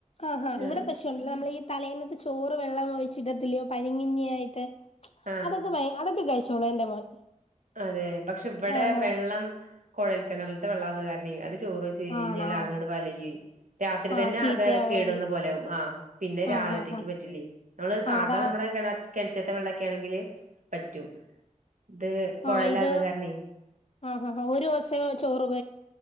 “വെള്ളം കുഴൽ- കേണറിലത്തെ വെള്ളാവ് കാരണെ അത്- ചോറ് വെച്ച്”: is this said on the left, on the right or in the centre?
Right